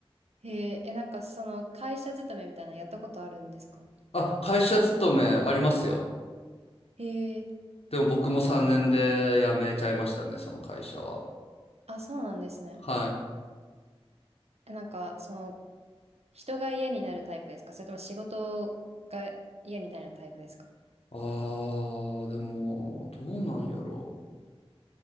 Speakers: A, on the right; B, on the left.
A: へえ、え、なんかその会社勤めみたいなのやったことあるんですか
B: あ、会社勤めありますよ。
A: へえ、
B: でも僕も3年で辞めちゃいましたね、その会社は。
A: あ、そうなんですね。
B: はい。
A: え、なんかその人が嫌になるタイプですかそれとも仕事が嫌になるタイプですか
B: あー、でも、どうなんやろ